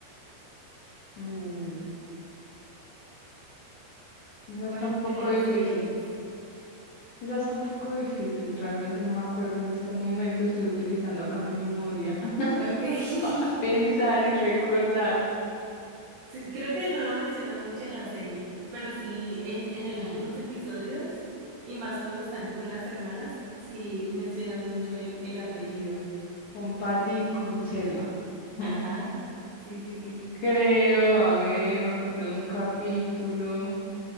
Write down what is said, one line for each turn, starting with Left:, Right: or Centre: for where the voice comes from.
Left: Mm, esa
Right: ¿Cuál
Left: está un poco
Right: crees
Left: difícil.
Right: que es?
Left: Esa está un poco difícil. Realmente no me acuerdo en este momento. Estoy utilizando acá mi memoria. <laughs>
Right: Ok. <laughs>
Left: Pensar y recordar
Right: Sí, creo que no lo mencionas mucho en la serie, pero sí en, en algunos
Left: mm,
Right: episodios, y más cuando están con las hermanas, sí mencionan mucho el, el apellido.
Left: con Patty y con Selma. mm.
Right: Ajá, sí, sí, sí.
Left: Creo, a ver, me acuerdo de un capítulo